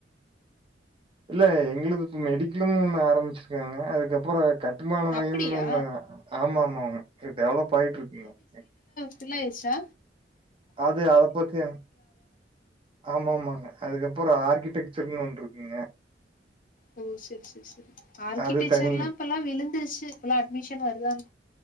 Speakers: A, on the right; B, on the left.
A: இல்ல எங்களுது இப்ப மெடிக்கலுன்னு ஒண்ணு ஆரம்பிச்சிருக்காங்க அதுக்கப்புற கட் டுமான மையம்னு
B: அப்படியா
A: ஒண்ணுங்க ஆமா ஆமாங்க டெவலப் ஆயிட்டு இருக்குங்க அ
B: ஃபுல்லா ஆய்ர்ச்சா
A: அது அத பத்தி ஆமா ஆமாங்க அதுக்கப்புற ஆர்கிடெக் சர்னு ஒன் இருக்குங்க
B: ஓ செரி செரி செரி ஆர்கிடெக்சர்லா
A: அது தனிங்க.
B: இப்பல்லா விழுந்துருச்சு இப்பல்லா அட்மிஷன் வருதான்